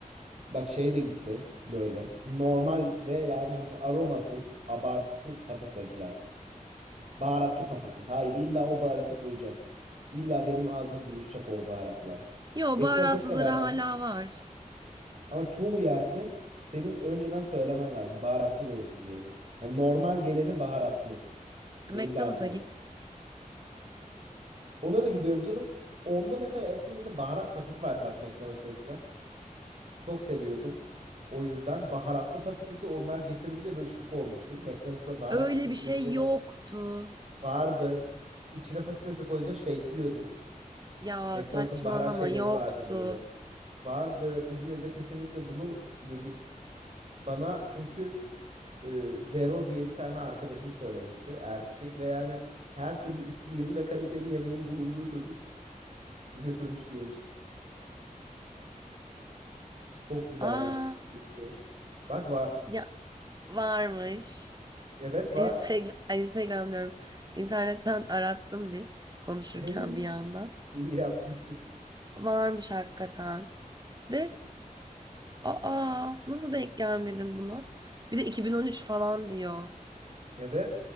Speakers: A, on the right; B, on the right.
A: Bak şey de gitti böyle. Normal ve yani hani aromasız, abartısız patatesler. Baharatlı patates. Hayır illa o baharatı koyacak. İlla benim ağzım buruşacak o baharatla.
B: Yo
A: Eskiden
B: baharatsızları
A: çok severdim
B: hala var.
A: ama çoğu yerde senin önceden söylemen lazım baharatsız olsun diye. Yani normal geleni baharatlı.
B: McDonald's'a
A: Benim derdim o.
B: git.
A: Ona da gidiyorum canım. Onda mesela eskiden işte baharat paketi vardı bak McDonald's'ta eskiden. Çok seviyordum. O yüzden baharatlı patatesi onlar getirdi de böyle şok olmuştum. McDonald's'ta baharat
B: Öyle
A: paketi
B: bir şey
A: diye bir şey
B: yoktu.
A: var. Vardı. İçine patatesi koydu, shake'liyordun.
B: Ya
A: McDonald's'ın
B: saçmalama
A: baharat şeyleri
B: yoktu.
A: vardı böyle. Vardı. İzmir'de kesinlikle bunu yedik. Bana çünkü e, Dero diye bir tane arkadaşım söylemişti. Erkek ve yani her türlü itliğin ve kaliteli yemeğin bulunduğu çocuk götürmüştü yemiştik. Çok güzel
B: Aa
A: bir üründü. Bak var.
B: ya varmış.
A: Evet var.
B: Instagram, ay, Instagram diyorum. İnternetten arattım bir konuşurken
A: <laughs>
B: bir yandan.
A: İyi yapmışsın.
B: Varmış hakikaten. De aa nasıl denk gelmedim buna? Bir de 2013 falan diyor.
A: Evet.